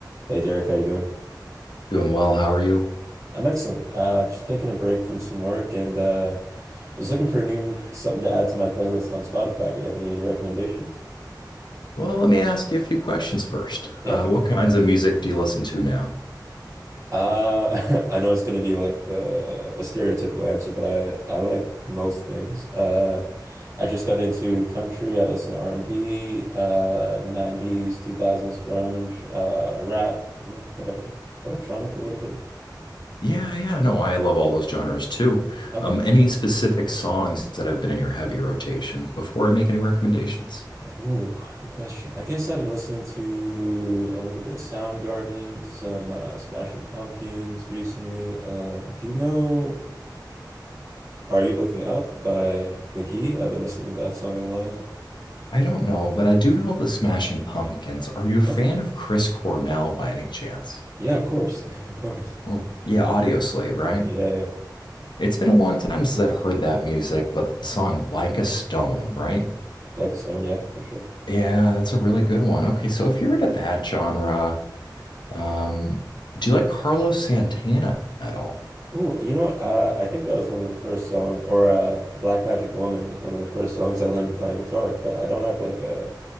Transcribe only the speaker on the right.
Hey Derek, how you doing?
I'm excellent. Uh, just taking a break from some work and uh, I was looking for a new something to add to my playlist on Spotify. Do you have any recommendations?
Yeah,
okay.
Uh, <laughs> I know it's gonna be like the a stereotypical answer, but I I like most things. Uh, I just got into country. I listen to R&B, uh, 90s, 2000s grunge, uh, rap, yeah, whatever. Electronic a little bit.
Okay.
Ooh, good question. I guess I've been listening to a little bit of Soundgarden, some uh, Smashing Pumpkins recently. Uh, do you know Are You Looking Up by McGee? I've been listening to that song a lot.
Okay.
Yeah, of course. <laughs> Of course.
Yeah, yeah.
Like a Stone, yeah, for sure.
Ooh, you know what? Uh, I think that was one of the first songs, or uh, Black Magic Woman was one of the first songs I learned to play on guitar, but I don't have like a,